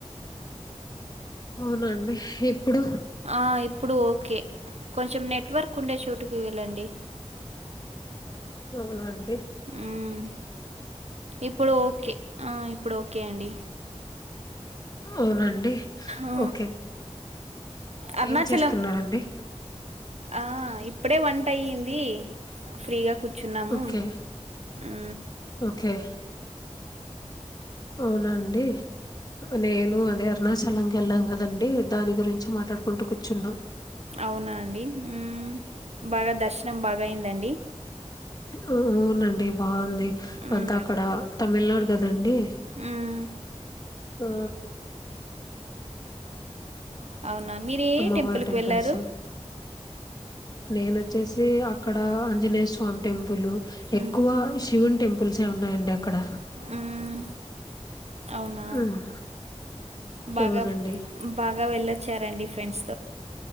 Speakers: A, on the left; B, on the right.
A: అవున హిప్పుడు
B: ఆ, ఇప్పుడు ఓకే కొంచెం నెట్వర్క్ ఉండే చోటుకి వెళ్ళండి
A: అవునా అండి
B: మ్మ్. ఇప్పుడు ఓకే ఆ ఇప్పుడు కే అండి
A: అవునండి
B: ఆ,
A: ఓకే
B: అరుణాచలం
A: ఏం చేస్తున్నారండి
B: ఆ ఇప్ ప్పుడే వంట అయ్యింది ఫ్రీగా కు చున్నాము
A: ఓకే
B: ఊ
A: ఓకే అవునా అండి నేను అదే అరుణాచలంకి ఎళ్ళాం కదండి దాని గురించి మాట్లాడుకుంటూ కూర్చున్నా
B: అవునా అండి మ్మ్. బాగా దర్శనం బాగా అయిందండి
A: ఉ ఊవునండి బాగుంది
B: మ్మ్.
A: అంత అక్కడ తమిళనాడు కదండి
B: ఉమ్
A: అ
B: అవునా మీరు ఏ
A: అమ్మవారి
B: టెంపుల్కి
A: టెంపుల్స్
B: వెళ్ళారు
A: నేనొచ్చేసి అక్కడ ఆంజనేయ స్వామి టెంపులు
B: మ్మ్.
A: ఎక్కువ శివుని టెంపుల్సే ఉన్నాయండి అక్కడ
B: మ్మ్. అవునా
A: హ్మ్.
B: బాగా
A: అవునండి
B: బాగా వెళ్లండి వచ్చారండి ఫ్రెండ్స్